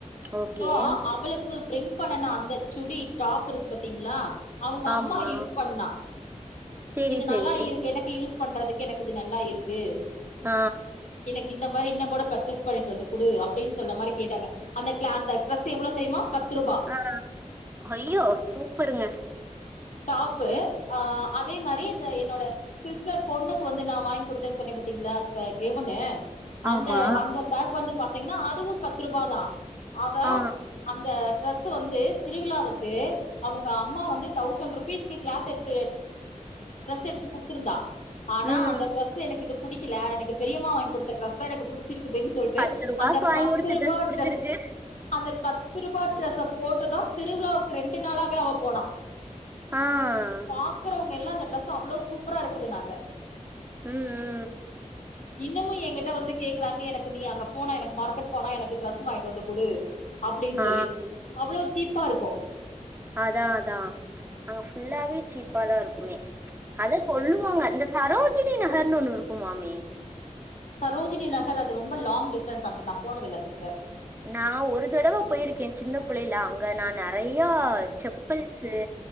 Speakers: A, on the right; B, on the left.
A: ஓகே
B: சோ அவளுக்கு பிரிங்க் பிக் பண்ணுன அந்த சுடி டாப் இருக்கு பாத்தீங்களா அவங்க
A: ஆமா
B: அம்மா யூஸ் பண்ணா
A: சேரி
B: இது
A: சேரி
B: நல்லா இருக்கு எனக்கு யூஸ் பண்றதுக்கு எனக்கு இது நல்லா இருக்கு
A: ஆ
B: எனக்கு இந்த மாரி இன்ன கூட பர்சேஸ் பண்ணிட்டு வந்து குடு அப்டினு சொல்ற மாரி கேட்டாங்க அந்த கிளா அந்த டிரெஸ் எவ்ளோ தெரியுமா பத்து ரூபா
A: ஆ ஐயோ சூப்பருங்க
B: டாப்பு ஆ அதே மாரி இந்த என்னோட சிஸ்டர் பொண்ணுக்கு வந்து நா வாங்கி குடுத்தேன்னு சொன்னே பாத்தீங்களா கெவ்ணு அந்த
A: ஆமா
B: அந்த ஃபிராக் வந்து பாத்தீங்கன்னா அதுவு பத்ரூபாதா அவன்
A: ஆ
B: அந்த ட்ரெஸ் வந்து திருவிழாவுக்கு அவங்க அம்மா வந்து தௌசண்ட் ருபீஸ்கு கிளாத் எடுத்து ட்ரெஸ் எடுத்து குடுத்துருந்தா ஆனா
A: ம்
B: அந்த டிரெஸ் எனக்கு இது புடிக்கல எனக்கு பெரியமா வாங்கி குடுத்த டிரெஸ்தா எனக்கு புடிச்சிருக்குதுன் சொல்ட்டு
A: பத்து ரூபாக்கு
B: அந்த
A: வாங்கி
B: பத்து
A: குடுத்த
B: ரூபா
A: புடிச்சிருக்கு
B: ட்ரெஸ் அந்த பத்ரூபா ட்ரெஸ்ஸ போட்டுதா திருவிழாவுக்கு ரெண்டு நாளாவே அவ போனா
A: ஆ
B: பாக்குறவங்க எல்லா இந்த டிரெஸ்ஸ அவ்வளவு சூப்பரா இருக்குதுனாங்க
A: ம்ம்
B: இன்னமு என்கிட்ட வந்து கேக்குறாங்க எனக்கு நீ அங்க போனா எனக்கு மார்க்கெட் போனா எனக்கு ட்ரஸ் வாங்கிட்டு வந்து குடு அப்டின்
A: ஆ
B: சொல்லி அவ்ளோ சீப்பா இருக்கு
A: அதா அதா அங்க ஃபுல்லாவே சீப்பா தா இருக்குமே அதா சொல்லுவாங்க இந்த சரோஜினி நகர்னு ஒன்னு இருக்குமாமே
B: சரோஜினி நகர் அது ரொம்ப லாங் டிஸ்டன்ஸ் அங்குட்டு நா போனதில்ல சிஸ்டர்
A: நா ஒரு தடவ போயிருக்கே சின்ன புள்ளைைல அங்க நா நெறையா செப்பல்ஸ்ஸு